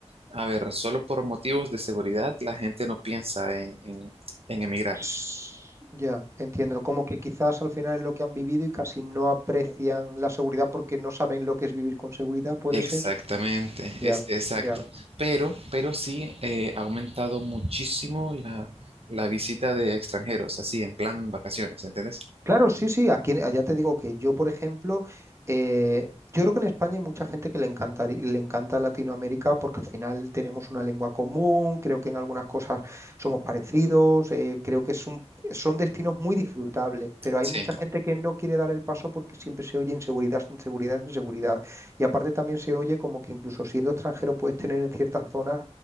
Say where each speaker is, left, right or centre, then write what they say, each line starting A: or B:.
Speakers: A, on the right; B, on the right.
A: A ver, solo por motivos de seguridad la gente no piensa en, en- en emigrar.
B: S- Ya, entiendo. Como que quizás al final es lo que han vivido y casi no aprecian la seguridad porque no saben lo que es vivir con seguridad, puede
A: En- Exactamente,
B: ser. Ya,
A: es Bien, exacto.
B: ya.
A: bien. Pero, pero sí eh, ha aumentado muchísimo la, la visita de extranjeros, así en plan vacaciones, ¿entendés?
B: Claro, sí, sí, aquí allá te digo que yo, por ejemplo, eh, yo creo que en España hay mucha gente que le encanta, le encanta Latinoamérica porque al final tenemos una lengua común, creo que en algunas cosas somos parecidos, eh, creo que es un- son destinos muy disfrutables, pero hay
A: Sí,
B: mucha gente que no quiere dar el paso porque siempre se oye inseguridad, inseguridad, inseguridad. Y aparte también se oye como que incluso siendo extranjero puedes tener en ciertas zonas